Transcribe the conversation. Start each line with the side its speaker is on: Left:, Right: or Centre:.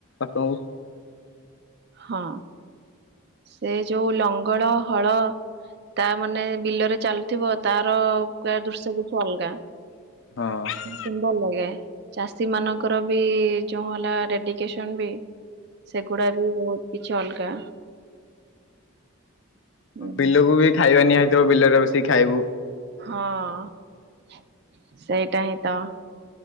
Left: ବାପାଙ୍କୁ।
Right: ହଁ ସେ ଯୋଉ ଲଙ୍ଗଳ ହଳ ତା ମାନେ ବିଲରେ ଚାଲୁଥିବ ତାର ପ ଦୃଶ୍ୟ କିଛି ଅଲଗା।
Left: ହଁ
Right: ସୁନ୍ଦର ଲାଗେ। ଚାଷୀମାନଙ୍କର ବି ଯୋଉଁ ହେଲା ଡେଡିକେସନ ବି ସେଗୁଡା ବି ବହୁତ କିଛି ଅଲଗା। ଉଁ
Left: ବିଲୁକୁ ବି ଖାଇବା ନିଆ ହେଇଥିବ ବିଲରେ ବସିକି ଖାଇବୁ।
Right: ହଁ ସେଇଟା ହିଁ ତ।